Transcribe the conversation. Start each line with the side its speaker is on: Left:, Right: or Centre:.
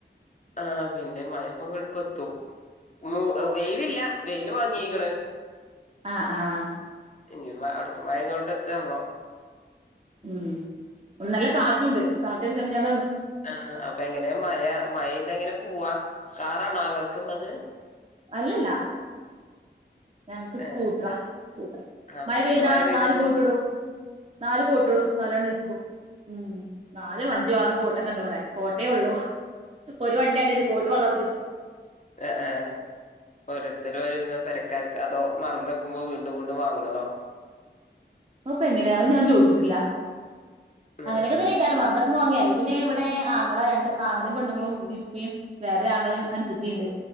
Left: ആഹ് പിന്നെ മഴപ്പം <unintelligible> <unintelligible> <unintelligible> വെയിലില്ല വെയില് മങ്ങിയീക്കണ്
Right: ആഹ് ആഹ്
Left: ഇന്നിപ്പ അവിടുത്ത മഴ ഇങ്ങോട്ട് എത്തും <unintelligible>
Right: ഉം <unintelligible> നല്ല കാറ്റുംണ്ട് കാറ്റടിച്ചോണ്ട് ഞാ
Left: ആ അപ്പ എങ്ങനാ മഴ മഴയത്തെങ്ങനെ പോവാ കാറാണോ ഇങ്ങള്ക്കുള്ളത്
Right: അല്ലല്ല ഞങ്ങക്ക് സ്കൂട്ടറാ
Left: ഏഹ്
Right: സ്കൂട്ടറ്
Left: അപ്പൊ
Right: മഴ
Left: എങ്ങനെ
Right: പെയ്താ നാല്
Left: പോവ
Right: കോട്ടിടും. നാല് കോട്ടിടും നാലാള്ക്കും ഉം നാലും അഞ്ചും ആറും കോ കോട്ടക്ക ഒണ്ട് ഇവിടാ കോട്ടേ ഉള്ളൂ ഒരു വണ്ടിയാണേലും കോട്ട് വളർച്ച
Left: ആഹ് ആഹ് ഓരോര്ത്തരും ഒര് <unintelligible> <unintelligible> അതോ മറന്ന് വെക്കുമ്പോ വീണ്ടും വീണ്ടും വാങ്ങണതോ
Right: <unintelligible> എങ്ങനെയാ അത് ഞാൻ ചോദിച്ചിട്ടില്ല അങ്ങനെയൊക്കെ
Left: ഏഹ്
Right: തന്നെ ഈ കാര്യം മറന്ന വാങ്ങിയാല് പിന്നെ ഇവടെ ആങ്ങളാ രണ്ട് ആങ്ങളെയും പെണ്ണുങ്ങളും <unintelligible> <unintelligible> വേറെ ആങ്ങളെയും അനുസത്തിയുണ്ട്